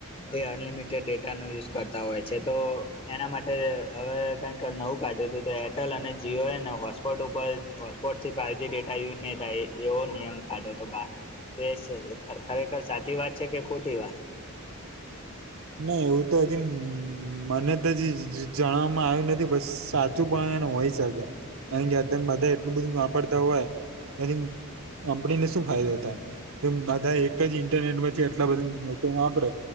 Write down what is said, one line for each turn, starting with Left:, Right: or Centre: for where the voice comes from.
Left: એ અનલિમિટેડ ડેટાનો યુઝ કરતા હોય છે તો એના માટે હવે કંઈક નવું કાઢ્યું હતું તો એરટેલ અને જીઓ હેને હોટસ્પોટ ઉપર પોટ થી ફાઇવજી ડેટા યુઝ નહી થાય એવો નિયમ કાઢ્યો તો બાર. તેએ ખરેખર સાચી વાત છે કે ખોટી વાત.
Right: ના એવું તો હજી મને તો હજી જાણવામાં આવ્યું નથી પણ સા સાચું પણ હોય શકે કારણ કે અત્યારે બધા એટલું બધું વાપરતા હોય પછી કંપની ને શું ફાયદો થાય કેમ બાધા એક જ ઇન્ટરનેટ માંથી આટલા બધા લોકો વાપરે